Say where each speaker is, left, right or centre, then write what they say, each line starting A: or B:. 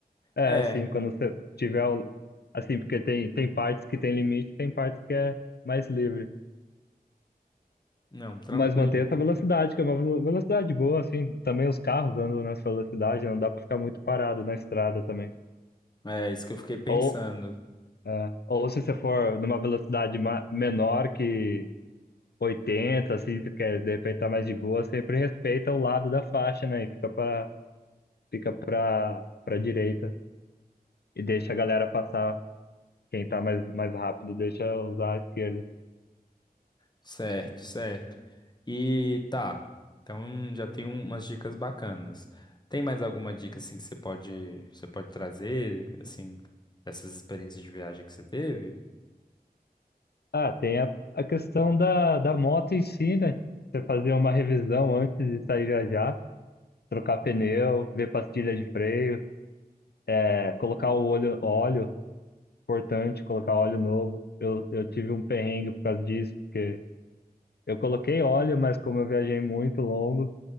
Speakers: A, on the left; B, on the left.
A: É,
B: É,
A: assim, quando você tiver. o- Assim, porque tem, tem partes que tem limite, tem partes que é mais livre.
B: não, tranquilo.
A: Mas manter essa velocidade, que é uma velo- velocidade boa, assim. Também os carros andam nessa velocidade, não dá pra ficar muito parado na estrada também.
B: É isso que eu fiquei pensando.
A: Ou, é, ou se você for numa velocidade ma- menor que 80 assim, porque de repente tá mais de boa, sempre respeita o lado da faixa, né? E fica pra. fica pra, pra direita e deixa a galera passar. Quem tá mais, mais rápido deixa usar a esquerda.
B: Certo, certo. E tá. Então já tem um- umas dicas bacanas. Tem mais alguma dica assim que você pode, você pode trazer, assim, dessas experiências de viagem que você teve?
A: Ah, tem a, a questão da, da moto em si, né? Você fazer uma revisão antes de sair viajar, trocar pneu, ver pastilha de freio, é, colocar o óleo óleo, importante, colocar óleo novo. Eu, eu tive um perrengue por causa disso, porque eu coloquei óleo, mas como eu viajei muito longo,